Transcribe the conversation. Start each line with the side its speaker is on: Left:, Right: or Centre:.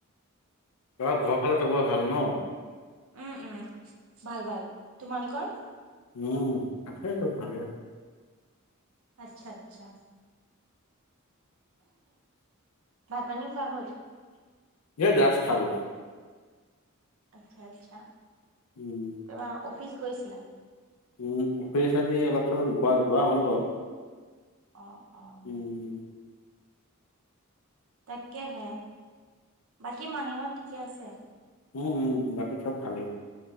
Left: তোমাৰ ঘৰৰ ফালে চবৰে ভাল ন'?
Right: উম উম, ভাল ভাল তোমালোকৰ?
Left: উম, আছে চব ভালে আছে।
Right: আচ্ছা আচ্ছা। ভাত পানী খোৱা হ'ল?
Left: এই জাষ্ট খালো।
Right: আচ্ছা আচ্ছা।
Left: উম।
Right: তোমাৰ অফিচ গৈছিলা?
Left: উম অফিচ আজি অলপ-চলপ গোৱা যোৱা হ'ল বাৰু।
Right: অ'-অ'।
Left: উম।
Right: তাকেহে বাকী মাহীহঁত ঠিকে আছে?
Left: উম উম বাকী চব ভালেই।